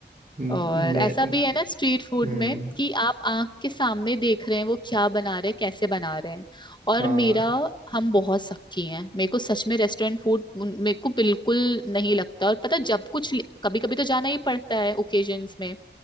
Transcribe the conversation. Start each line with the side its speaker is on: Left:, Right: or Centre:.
Right: मैं
Left: और ऐसा भी है ना स्ट्रीट फूड
Right: हम्म
Left: में कि आप आंख के सामने देख रहे हैं वो क्या बना रहे हैं कैसे बना रहे हैं और
Right: हाँ
Left: मेरा हम बहुत सख्ती हैं मेरे को सच में रेस्टोरेंट फूड मेरे को बिल्कुल नहीं लगता और पता जब कुछ कभी कभी तो जाना ही पड़ता है ओकेजन्स में